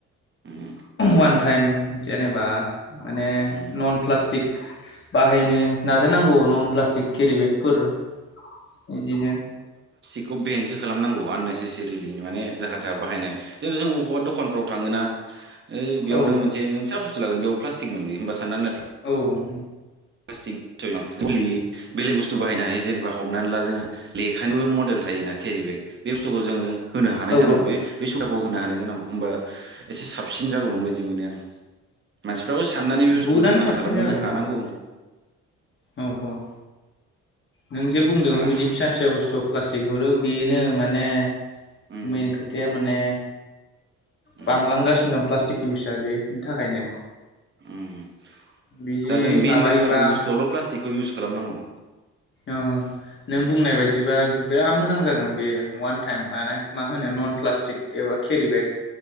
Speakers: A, on the right (about 40°); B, on the left (about 40°).
A: उम
B: वान टाइम जेनेबा माने
A: उम
B: नन प्लास्टिक बाहायनो नाजानांगौ नन प्लास्टिक केरि बेगफोर बिदिनो
A: बे खौ बेनसो खालामनांगौ आननेसेसेरलि माने जाहााथाहा बाहायनाय जोंथ अबावबा दखानफ्राव थाङोना ओइ बेयावनो
B: औ
A: मोनसे <unintelligible> प्लास्टिक मोनबोयो होनबा साननानै नाय
B: औ <inaudible>
A: प्लास्टिक गलि बेलेग बुस्थु बाहायनो हायो जेनेबा हमनानै ला जोङो लेखानिबो मडेल थायोना केरि बेग बे बुस्थुखौ जोङो होनो हानाय
B: औ
A: जानांगौ बे सुब होनो हानाय जानांगौ होमबा एसे साबसिन जागौमोन बायदि मोनो आं मान फ्राबो साननानै बे बुस्थुखौ
B: बुटआनो
A: दिमान्ड
B: साबसिन
A: खालामनो
B: जागोन
A: हानांगौ
B: औ औ औ नोंजे बुंदोंमोन
A: दाथ'
B: बिदि फिसा फिसा बुस्थु प्लास्टिक हरो बेनो माने
A: उम
B: मेनखोथाया माने
A: उम
B: बांलांगासिनो दं प्लास्टिक इउसआ बे बिनि थाखायनो
A: उम
B: बिदि
A: दा जों मेन
B: माबायोबा
A: नांथारगौ बुस्थुआवल' प्लास टिखौ इउस खालामनांगौ
B: ओ नों
A: उम
B: बुंनाय बायदिबा बियाव मो मोजां जागोन बे उवान टाइम माने मा होनो नन प्लास्टिक एबा केरि बेग